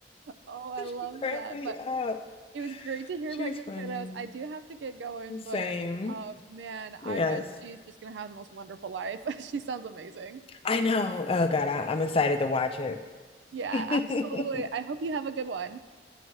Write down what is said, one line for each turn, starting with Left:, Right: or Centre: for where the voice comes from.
Right: Oh, I love
Left: She cracks
Right: that.
Left: me
Right: But
Left: up.
Right: It was great to hear
Left: She's
Right: about your
Left: funny.
Right: kiddos. I do have to get going,
Left: Same.
Right: but uh, man, I
Left: Yes.
Right: bet she's just gonna have the most wonderful life. <laughs> She sounds amazing.
Left: I know. Oh God, I, I'm excited to watch it.
Right: Yeah,
Left: <laughs>
Right: absolutely. I hope you have a good one.